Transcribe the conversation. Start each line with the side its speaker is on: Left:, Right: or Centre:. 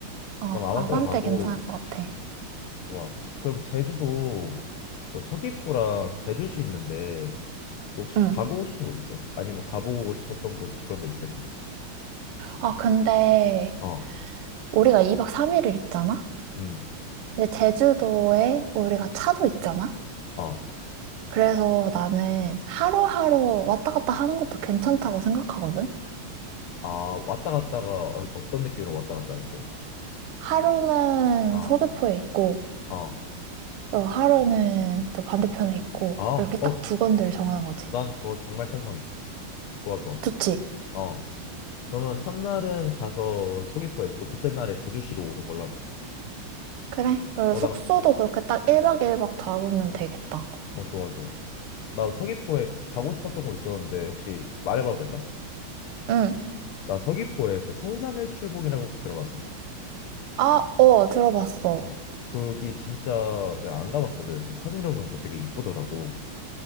Right: 어,
Left: 그럼 아반떼로
Right: 아반떼
Left: 가고
Right: 괜찮을 것 같아.
Left: 좋아. 그럼 제주도 그 서귀포랑 제주시 있는데 너 혹시
Right: 응.
Left: 가고 싶은 곳 있어? 아니면 가보고 싶었던 곳 그런 데 있을까?
Right: 아, 근데
Left: 어.
Right: 우리가 2박 3일을 있잖아?
Left: 음.
Right: 근데 제주도에 우리가 차도 있잖아?
Left: 어.
Right: 그래서 나는 하루하루 왔다 갔다 하는 것도 괜찮다고 생각하거든?
Left: 아, 왔다 갔다가 어- 어떤 느낌으로 왔다 갔다 하는 거야?
Right: 하루는
Left: 아.
Right: 서귀포에 있고,
Left: 어.
Right: 또 하루는 또 반대편에 있고,
Left: 아.
Right: 이렇게 딱
Left: 어.
Right: 두 건들 정하는 거지.
Left: 난 그거 정말 찬성해. 좋아, 좋아.
Right: 좋지?
Left: 어. 그러면 첫날은 가서 서귀포에 있고 둘째 날에 제주시로 오는 걸로 하자.
Right: 그래. 그리고
Left: 어,
Right: 숙소도
Left: 나
Right: 그렇게 딱 1박 일박 잡으면 되겠다.
Left: 어, 좋아, 좋아. 나 서귀포에 가고 싶었던 곳 있었는데 혹시 말해봐도 될까?
Right: 응.
Left: 나 서귀포에 그 성산일출봉이라고 혹시 들어봤어?
Right: 아, 어, 들어봤어.
Left: 어, 거기 진짜 내가 안 가봤거든. 근데 사진을 보니까 되게 이쁘더라고.